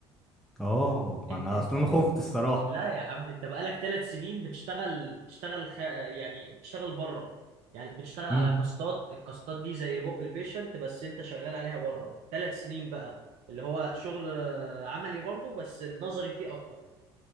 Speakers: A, in the centre; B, on the right.
A: اه ما
B: انت
A: انا
B: انت
A: اصلا خفت الصراحه
B: لا يا عم انت بقالك ثلاث سنين بتشتغل بتشتغل خ... يعني بتشتغل بره يعني بتشتغل على
A: امم
B: كاستات الكاستات دي زي بق البيشنت بس انت شغال عليها بره ثلاث سنين بقى اللي هو شغل عملي برضه بس النظري فيه اكتر